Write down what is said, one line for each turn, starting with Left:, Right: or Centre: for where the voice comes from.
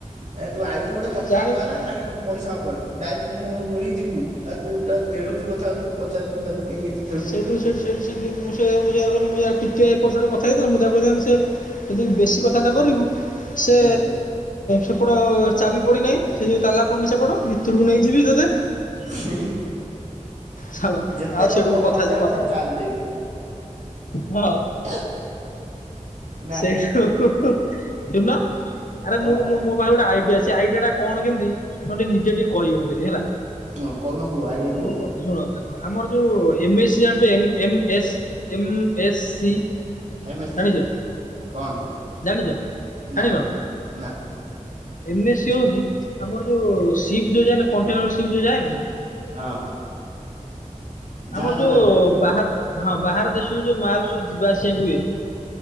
Right: ଏ ତୁ ଆଇ ଚୁ ଗୋଟେ କଥା
Left: ଜାଣିନ
Right: କୁହା ହେଲା ନାଇଁ। ପଇସା ହେବନି ତୁ ଡାଇରେକ୍ଟ ମୁଁହ ମୁଡିି ଯିବୁ ଆଉ ତୁ ଓଲଟା ତେଡୁଛୁ କଥା ଗୁରାକୁ ପଚାରି ଲୁନି ତାକୁ ଏହି ଏହିତ
Left: ସେଉଠୁ ସେଉଠୁ ସେଉଠୁ ସେ ମୁଁ ସେ ୟା ମୁଁ ଯା କଇଲି ମୁ ଯା ଆଉ ଟିକେ ଏପଟ ସେପଟ କଥା ହେଇଥିଲେ ମୁଁ ତାକୁ କହିଥିନ୍ତି ସେୟା। ଯଦି ବେଶୀ କଥା ବାର୍ତା କରିବୁ ସେ
Right: ଏଁ
Left: ସେପଟ ଚାବି ପଡ଼ିନାହିଁ। ସେ ଯୋଉ ତାଲା ପଡିନି ସେପଟ ଭିତରକୁ ନେଇଯିବି ତତେ।
Right: ହୁଁ ହୁଁ
Left: ଛାଡ଼
Right: ଯେତେ
Left: ଆଉ
Right: ନ
Left: ସେଠୁ
Right: କହିବ
Left: କଥା
Right: ହଜାର
Left: କଥା
Right: ନବୁ ଚାଲ ଦେବି।
Left: ହଁ।
Right: <inaudible> ନା।
Left: ସେଇଠୁ ହୁଁ ହୁଁ ସୁଣୂନ ଆରେ ମୁଁ
Right: ଆଉ
Left: ମୁଁ ମୁଁ। ମୋ ପାଖରେ ଗୋଟେ ଆଇଡିଆ ଅଛି ସେ ଆଇଡିଆ ଟା କଣ କେମିତି ତମେ ଟିକେ ନିଜେ ଟିକେ କହିବ ମତେ ଟିକେ ହେଲା।
Right: ହଁ କହୁନ କୁଅ ଆଇଡଆ କୁହ।
Left: ମୁଁ ଶୁଣ ଦେଖ ଆମର ଯୋଉ ଏମେସୀ ଜାଣିଛ M M S M S C.
Right: M S
Left: ଜାଣିଛ
Right: C କଣ ସେଟା?
Left: ଜାଣିଛ
Right: ନା
Left: ଜାଣିନ।
Right: ନା
Left: ଏମ ଏସ ସି ହଉଛି ଆମର ଯୋଉ ସିପ ଯୋଉ ଯାଏନା କଣ୍ଟେନର ସିପ ଯୋଉ ଯାଏନା।
Right: ହଁ। ଜାହାଜ
Left: ଆମର ଯୋଉ
Right: ଯାଇଥାଏ
Left: ବାହାର ହଁ ବାହାର ଦେଶକୁ ଯୋଉ ମାଲ ସବୁ ଯିବା ଆସିବା ହୁଏ।